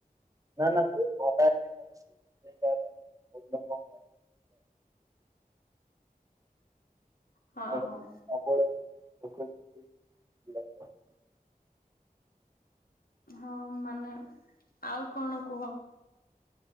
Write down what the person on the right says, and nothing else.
ନା ନା ବୋହୁତ ଭଲ ଭାବରେ <unintelligible> ବୋହୁତ ଭଲ।
ତାଙ୍କର
<unintelligible>